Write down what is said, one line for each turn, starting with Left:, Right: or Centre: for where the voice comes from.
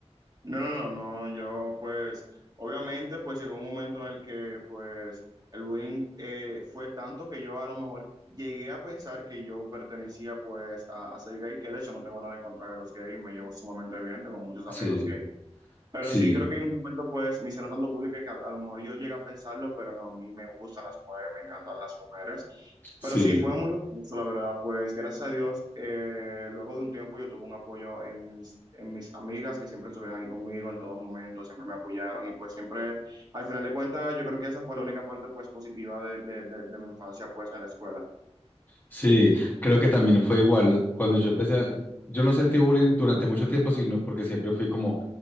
Right: No, no, no, no, yo pues, obviamente, pues llegó un momento en el que pues el bullying eh, fue tanto que yo a lo mejor llegué a pensar que yo pertenecía pues a, a ser gay, que de hecho no tengo nada en contra de los gays, me llevo sumamente bien, tengo muchos amigos
Left: Sí,
Right: gays, Pero
Left: sí,
Right: sí creo que en un momento, pues, me hicieron tanto bullying que a, a lo mejor yo llegué a pensarlo, pero no, a mí me gustan las mujeres, me encantan las mujeres.
Left: sí.
Right: Pero sí, fue muy eso, la verdad, pues gracias a Dios, eh, luego de un tiempo yo tuve un apoyo en mis, en mis amigas que siempre estuvieron ahí conmigo en todo momento, siempre me apoyaron y pues siempre, al final de cuentas, yo creo que esa fue la única parte pues positiva de, de, de, de mi infancia pues en la escuela.
Left: Sí, creo que también fue igual. Cuando yo empecé, a- yo no sentí bullying durante mucho tiempo, sino porque siempre fui como